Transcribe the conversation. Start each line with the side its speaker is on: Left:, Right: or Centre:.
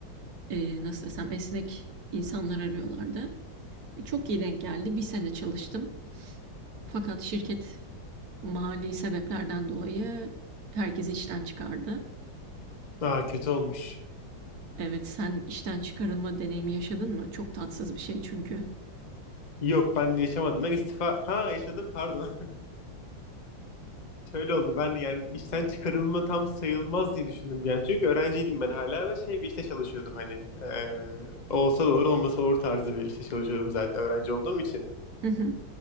Right: e, nasıl desem esnek insanlar arıyorlardı. E, Çok iyi denk geldi. Bir sene çalıştım. Fakat şirket mali sebeplerden dolayı herkesi işten çıkardı.
Left: Aa, kötü olmuş.
Right: Evet sen işten çıkarılma deneyimi yaşadın mı? Çok tatsız bir şey çünkü.
Left: Yok ben yaşamadım. Ben istifa... Ha yaşadım pardon. <laughs> Şöyle oldu ben yani işten çıkarılma tam sayılmaz diye düşündüm bir an. Çünkü öğrenciydim ben hala ve şey bir işte çalışıyordum hani. Eee, olsa doğru olmasa olur tarzı bir işte çalışıyordum zaten öğrenci olduğum için.
Right: Hı hı,